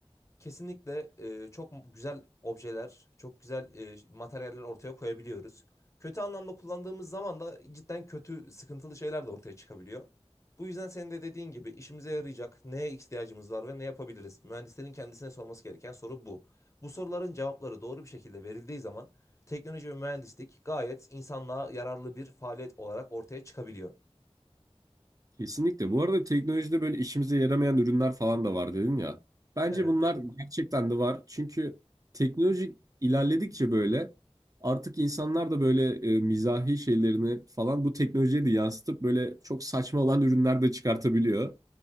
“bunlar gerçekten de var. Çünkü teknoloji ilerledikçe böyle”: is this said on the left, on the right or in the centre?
Right